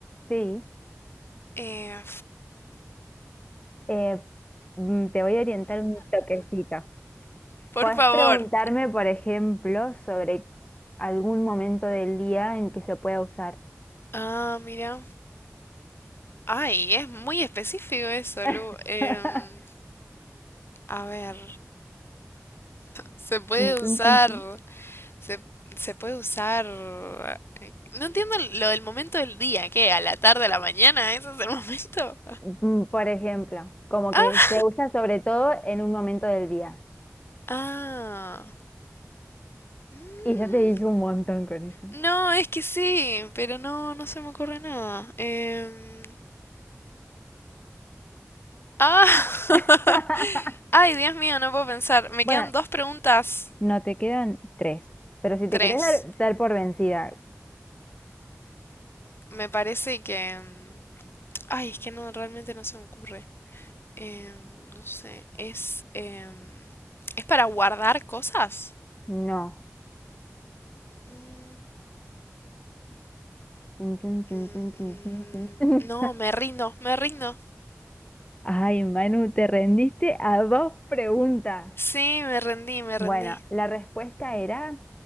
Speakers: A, on the left; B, on the left.
A: sí.
B: Eh,
A: Eh, mm, te voy a orientar un toquecito.
B: por
A: Podés
B: favor.
A: preguntarme, por ejemplo, sobre algún momento del día en que se pueda usar.
B: Ah, mira. Ay, es muy específico eso,
A: <laughs>
B: Lu. Em, a ver, se puede
A: Tun, tun,
B: usar,
A: tun, tun.
B: se, se puede usar. eh, No entiendo lo del momento del día, ¿qué? ¿A la tarde, a la mañana? ¿Ese es el <laughs> momento?
A: Mm, Por ejemplo, como
B: Ah,
A: que se usa sobre todo en un momento del día.
B: ah, mm,
A: Y ya te dije un montón con eso.
B: no, es que sí, pero no, no se me ocurre nada. Em, ah, <laughs>
A: <laughs>
B: ay, Dios mío, no puedo pensar. Me
A: Bueno,
B: quedan dos preguntas,
A: no te quedan tres, pero si
B: tres.
A: te querés dar, dar por vencida,
B: Me parece que... em, Ay, es que no, realmente no se me ocurre. Em, no sé, es... em, ¿es para guardar cosas?
A: no.
B: Mm,
A: Tun, tun, tun,
B: mm,
A: tun, tun,
B: mm,
A: tun, tun, tun.
B: no, me rindo, me rindo.
A: <laughs> Ay, Manu, te rendiste a dos preguntas.
B: Sí, me rendí, me
A: Bueno,
B: rendí.
A: la respuesta era